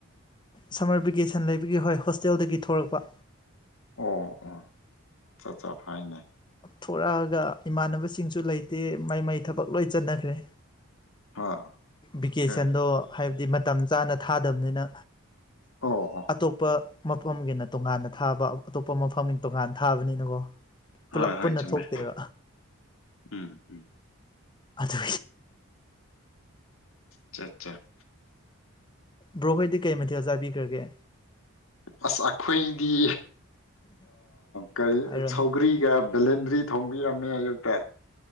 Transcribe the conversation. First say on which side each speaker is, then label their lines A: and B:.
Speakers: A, on the left; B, on the left.
A: ꯁꯝꯃꯔ ꯚꯦꯀꯦꯁꯟ ꯂꯩꯕꯒꯤ ꯍꯣꯏ ꯍꯣꯁꯇꯦꯜꯗꯒꯤ ꯊꯣꯛꯂꯛꯄ
B: ꯑꯣ ꯑꯣ ꯆꯠ ꯆꯠ ꯐ ꯍꯥꯏꯅꯦ
A: ꯊꯣꯛꯣꯔꯛꯑꯒ ꯏꯃꯥꯟꯅꯕꯁꯤꯡꯁꯨ ꯂꯩꯇꯦ ꯃꯩ ꯃꯩ ꯊꯕꯛ ꯂꯣꯏ ꯆꯟꯅꯈ꯭ꯔꯦ
B: ꯍꯣꯏ
A: ꯚꯤꯀꯦꯁꯟꯗꯣ
B: ꯑꯦ
A: ꯍꯥꯏꯕꯗꯤ ꯃꯇꯝ ꯆꯥꯅ ꯊꯥꯗꯕꯅꯤꯅ
B: ꯑꯣ ꯑꯣ
A: ꯑꯇꯣꯞꯄ ꯃꯐꯝꯒꯤꯅ ꯇꯣꯉꯥꯟꯅ ꯊꯥꯕ ꯑꯇꯣꯞꯄ ꯃꯐꯝ ꯇꯣꯉꯥꯟ ꯊꯥꯕꯅꯤꯅꯀꯣ
B: ꯍꯣꯏ
A: ꯄꯨꯂꯞ
B: ꯍꯣꯏ
A: ꯄꯨꯟꯅ
B: ꯆꯨꯝꯃꯦ
A: ꯊꯣꯛꯇꯦꯕ
B: ꯎꯝ ꯎꯝ
A: ꯑꯗꯨ
B: ꯑꯆꯥ ꯑꯆꯥ
A: ꯕ꯭ꯔꯣꯍꯔꯗꯤ ꯀꯩ ꯃꯊꯦꯜ ꯆꯥꯕꯤꯈ꯭ꯔꯒꯦ
B: ꯑꯁ ꯑꯩꯈꯣꯏꯗꯤ ꯀꯔꯤ
A: ꯍꯥꯏꯔꯣꯅꯦ
B: ꯁꯧꯒ꯭ꯔꯤꯒ ꯕꯦꯂꯦꯟꯗ꯭ꯔꯤ ꯊꯣꯡꯕꯤꯔꯝꯃꯦ ꯑꯌꯨꯛꯇ